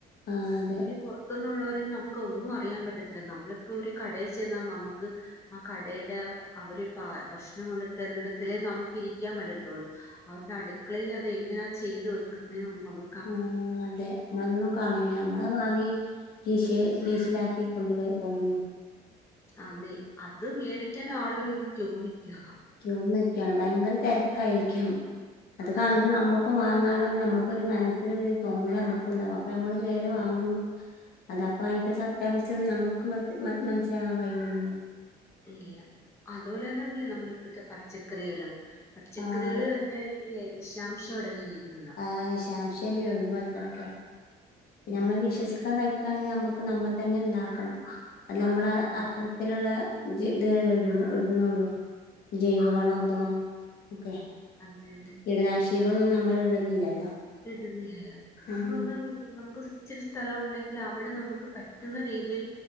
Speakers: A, on the left (about 65°); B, on the left (about 15°).
A: ആ അതെ
B: ഇബര് പൊർ ത്തുന്നുള്ളോരെ ഒന്നു നമുക്ക് ഒന്നു അറിയാൻ പറ്റത്തില്ല. നമ്മളിപ്പോ ഒരു കടേ ചെന്നാൽ നമ്മക്ക് ആ ക ടേടെ അവര് ഈ പാ ഭക്ഷണം കൊണ്ട് തരുന്നെട്ത്ത്ലെ നമക്ക് ഇരിക്കാൻ പറ്റത്തുള്ളൂ. അവരുടെ അടുക്കളയിൽ അത് എങ്ങനാ ചെയ്ത് വെക്ക്ന്നെ ഒന്ന് നമ്മ
A: ആ അതെ <unintelligible> കാണൂല നമ്മള്
B: ഉം
A: അഹ് വാങ്ങി. കീശെ കീശിലാക്കി കൊണ്ടു പോ പോവെല്ലേ
B: അതെ അത് മേടിക്കാൻ ആളുകള് ഇങ്ങ് ക്യൂ നിക്ക്.
A: ക്യൂ നിക്കാണ്. ഭയങ്കര തെരക്കായിരിക്കും. അത് കാണുമ്പോ
B: ആണ്
A: നമ്മ ഇക്കും വാങ്ങാലോന്ന് നമ്മക്കൊരു മനസ്സിന് ഒരു തോന്നല് നമ്മക്ക് ഇണ്ടാവു അപ്പ നമ്മള് കേറി വാങ്ങുന്നു.
B: ഉം.
A: അത അപ്പ അയിന്റെ സത്യാവസ്ഥ ഒന്നും നമക്ക് മറ്റ് മനസ്സിലാവാൻ കഴിയൂലല്ലോ.
B: ഇല്ല, അതുപോലെ തന്നെല്ലേ നമ്മളിപ്പഴത്തെ പച്ചക്കറികള് പച്ചക്കറികള്
A: ആഹ്
B: തന്നെ അല്ലേ വിഷാംശം അടങ്ങിയിരിക്കുന്നതാ.
A: ആ വിശാംഷന്നെ ഒള്ളൂ <unintelligible>
B: അതെ
A: നമ്മള് വിശ്വസിക്കാൻ
B: ഈ-
A: കഴിക്ക് ആണെങ്കിൽ നമ്മക്ക് നമ്മൾ തന്നെ ഇണ്ടാക്കണം. അല്ല നമ്മള്
B: അതെ
A: അത്തരത്തിലുളള <unintelligible> ഇത് ഇട്ന്നൊള്ളൂ. ജൈവ
B: അതെ
A: വളം എന്തോ ഒക്കെ
B: അതെ, അതെ
A: കീടനാശിനികളൊന്നും നമ്മള് ഇടുന്നില്ലല്ലോ?
B: ഇത് ഇടുന്നില്ലല്ലോ നമ്മള്
A: ഉം
B: പറഞ്ഞാ അവർക്ക് നമക്ക് ഇച്ചിരി സ്ഥലം ഉണ്ടെങ്കിൽ അവിടെ നമുക്ക് പറ്റുന്ന രീതിയിൽ